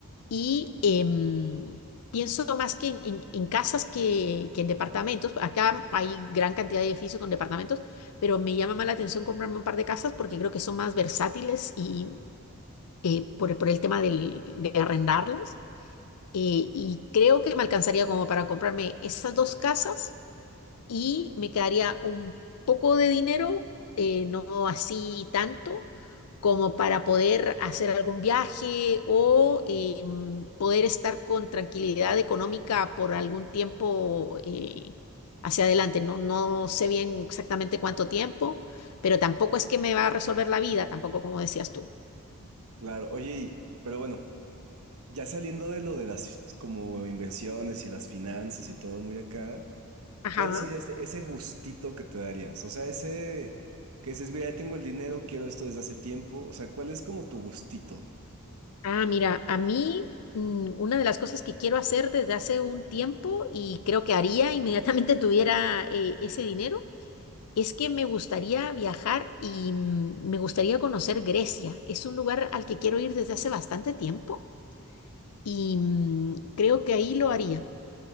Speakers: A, on the left; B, on the right.
A: y em, pienso más que en, en- en casas que, que en departamentos. Acá hay gran cantidad de edificios con departamentos, pero me llama más la atención comprarme un par de casas porque creo que son más versátiles y eh, por, el- por el tema del- de arrendarlas eh, y creo que me alcanzaría como para comprarme esas dos casas y me quedaría un poco de dinero, eh, no así tanto, como para poder hacer algún viaje o eh, mm, poder estar con tranquilidad económica por algún tiempo eh, hacia adelante. No, no sé bien exactamente cuánto tiempo, pero tampoco es que me va a resolver la vida, tampoco como decías tú.
B: Claro, oye, y- pero bueno, ya saliendo de lo de las como inversiones y las finanzas y todo muy acá,
A: Ajá.
B: ¿cuál sería ese, ese gustito que te darías? O sea, ese que dices, mira, ya tengo el dinero, quiero esto desde hace tiempo. O sea, ¿cuál es como tu gustito?
A: Ah, mira, a mí mm, una de las cosas que quiero hacer desde hace un tiempo y creo que haría inmediatamente <laughs> tuviera eh, ese dinero Es que me gustaría viajar y mm, me gustaría conocer Grecia. Es un lugar al que quiero ir desde hace bastante tiempo y mm, creo que ahí lo haría.